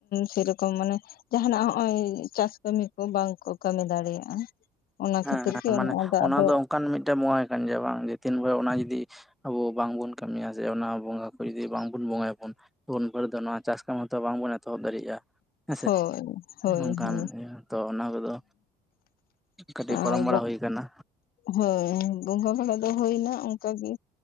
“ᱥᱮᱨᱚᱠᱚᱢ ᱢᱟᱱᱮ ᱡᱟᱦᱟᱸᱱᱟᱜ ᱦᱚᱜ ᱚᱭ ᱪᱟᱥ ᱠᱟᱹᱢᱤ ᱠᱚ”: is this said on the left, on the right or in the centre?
Left